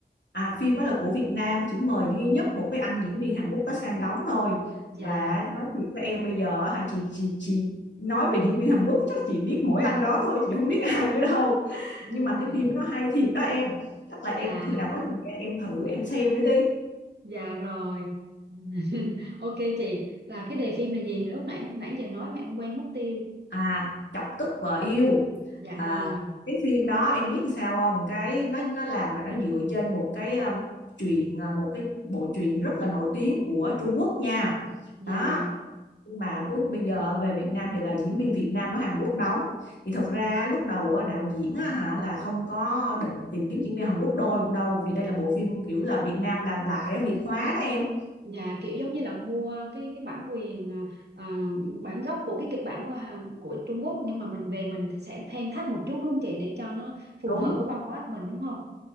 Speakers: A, on the left (about 85°); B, on the right (about 70°).
A: À, phim đó là của Việt Nam chỉ mời duy nhất một cái anh diễn viên Hàn Quốc đó sang đóng thôi
B: dạ
A: và nói thiệt với em bây giờ hả chị chị chị nói về diễn viên Hàn Quốc chắc chị biết mỗi anh đó thôi chị không biết ai nữa đâu
B: <laughs>
A: nhưng mà cái phim đó nó hay thiệt đó em chắc là em
B: dạ
A: khi nào có thời gian em thử em xem nữa đi
B: dạ rồi <laughs> ok chị là cái đề phim là gì lúc nãy nãy giờ nói mà em quên mất tiêu
A: à Chọc Tức Vợ Yêu
B: dạ
A: à
B: rồi
A: cái phim đó em biết sao không cái nó nó làm mà nó dựa trên một cái um, truyện một cái bộ truyện rất là nổi tiếng của Trung Quốc nha
B: dạ
A: đó nhưng mà cuối bây giờ về Việt Nam thì là diễn viên Việt Nam ở Hàn Quốc đóng thì thật ra lúc đầu á, đạo diễn hả là không có định tìm kiếm diễn viên Hàn Quốc đôi đâu vì đây là bộ phim kiểu là Việt Nam làm lại Việt hóa đó em
B: dạ kiểu giống như là mua cái cái bản quyền à, à, bản gốc của cái kịch bản của Hàn- của Trung Quốc nhưng mà mình về mình sẽ thêm thắt một chút đúng không chị để cho nó phù
A: đúng
B: hợp với văn hóa của mình đúng không